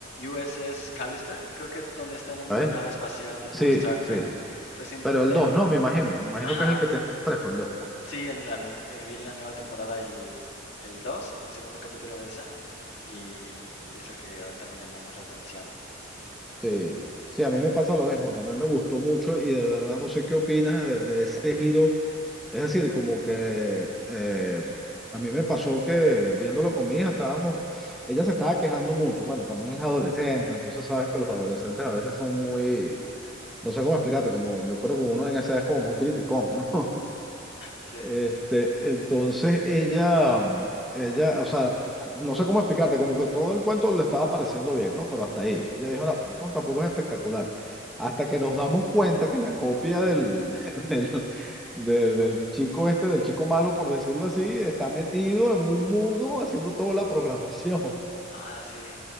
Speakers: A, on the left; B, in the centre.
A: USS Callister, creo que es donde están en una
B: ¿Sabes?
A: nave espacial tipo
B: Sí,
A: Star Trek.
B: sí.
A: Recientemente,
B: Pero el 2 no, me imagino. Me imagino
A: ajá,
B: que es el que tienes fresco, el 2.
A: sí, en la- en- eh, vi en la nueva temporada el, el dos el segundo capítulo de esa, y, y- y es el que ahorita me llamó más la atención.
B: Sí, sí, a mí me pasa lo mismo, también me gustó mucho y de verdad no sé qué opinas de, de ese giro. Es decir, como que eh, a mí me pasó que viéndolo con mi hija, estábamos, ella se estaba quejando mucho, bueno, también es adolescente, entonces sabes que los adolescentes a veces son muy, no sé cómo explicarte, como yo creo que uno en esa edad es como muy criticón, ¿no?
A: Sí,
B: Este, entonces ella, mm, ella, o sea, no sé cómo explicarte, como que todo el cuento le estaba pareciendo bien, ¿no? Pero hasta ahí. Ella dijo,
A: sí,
B: no, pero esto tampoco es espectacular. Hasta que nos damos cuenta que la copia del, <laughs> del, de- del chico este, del chico malo, por decirlo así, está
A: ajá.
B: metido en un mundo haciendo toda la programación.
A: Ah, sí,